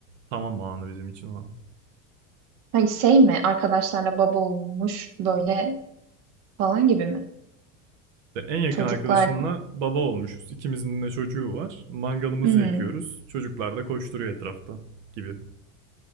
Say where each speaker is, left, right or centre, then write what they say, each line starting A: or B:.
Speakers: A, on the right; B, on the right.
A: Tamam anı bizim için o an.
B: hani şey mi arkadaşlarla baba olmuş böyle falan gibi mi?
A: İşte En yakın
B: Çocuklar
A: arkadaşımla baba olmuşuz. İkimizin de çocuğu var. Mangalımızı
B: Hmm.
A: yakıyoruz. Çocuklar da koşturuyor etrafta gibi.